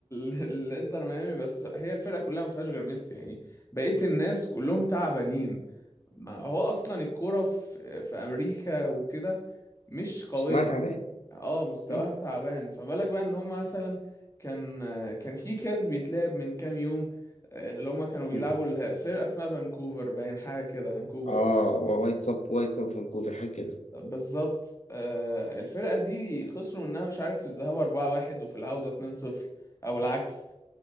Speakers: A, on the left; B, on the left.
A: للإنتر <laughs> ميامي بس هي الفرقة كلها ما فيهاش غير ميسي يعني بقية الناس كلهم تعبانين ما هو أصلا الكورة في في أمريكا وكده مش قوية
B: مستوى تعبان
A: اه مستواها
B: م-
A: تعبان فما بالك بقى إن هما مثلا كان كان في كاس بيتلعب من كام يوم آه، اللي هما كانوا بيلعبوا
B: م.
A: الفرقة اسمها فانكوفر باين حاجة كده فانكوفر
B: اه و- وايت كاب وايت كاب فانكوفر حاجه كده
A: بالظبط آه، الفرقة دي خسروا منها مش عارف في الذهاب 4-1 وفي العودة 2-0 او العكس